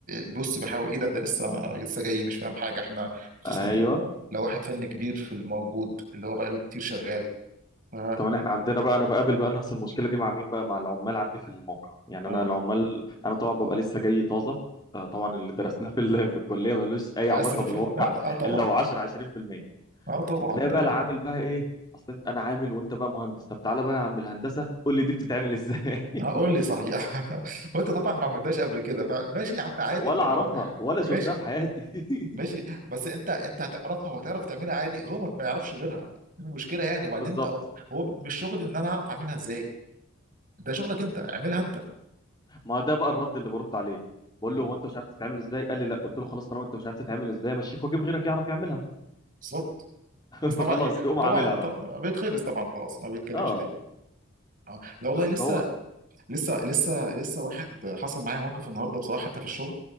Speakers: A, on the right; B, on the left.
A: بص بحاول ايه ده ده لسه لسه جاي مش فاهم حاجه احنا خصوصا
B: ايوه
A: لو واحد فن كبير في الموجود اللي هو بقى له كتير شغال ف
B: كمان احنا عندنا بقى انا بقابل بقى نفس المشكله دي مع مين بقى مع العمال عندي في الموقع يعني
A: اه
B: انا العمال انا طبعا ببقى لسه جاي طازه آه، طبعا
A: آه.
B: اللي درسناه في ال- في الكليه ملوش اي
A: عايز
B: علاقه
A: تنفيذ
B: بالواقع
A: اه آه، طبعا
B: الا هو 10 20%
A: اه طبعا
B: تلاقي
A: ده
B: بقى العامل بقى ايه اصل انت انا عامل وانت بقى مهندس طب تعالى بقى يا عم الهندسه قول لي دي بتتعمل ازاي <laughs>
A: هقول لي صحيح <laughs> وانت طبعا ما عملتهاش قبل كده فماشي يا عم عادي
B: ولا اعرفها
A: اهو
B: ولا شفتها
A: ماشي
B: في حياتي <laughs>
A: ماشي بس انت انت هتعرفها وهتعرف تعملها عادي هو ما بيعرفش غيرها المشكله يعني وبعدين
B: بالظبط
A: هو, هو مش شغلي ان انا اعرف اعملها ازاي ده شغلك انت اعملها انت
B: ما ده بقى الرد اللي برد عليه بقول
A: مم.
B: له هو انت مش عارف تتعمل ازاي قال لي لا قلت له خلاص طالما انت مش عارف تتعمل ازاي مشيك واجيب غيرك يعرف يعملها
A: بالظبط
B: <laughs>
A: بس طبعا
B: فخلاص
A: ايه
B: بيقوم
A: طبعا
B: عاملها بقى
A: طبعا بيتخلص طبعا خلاص ما بيتكلمش
B: اه
A: تاني اه لا والله
B: اصل
A: لسه
B: هو
A: لسه لسه لسه واحد حصل معايا موقف النهارده بصراحه حتى في الشغل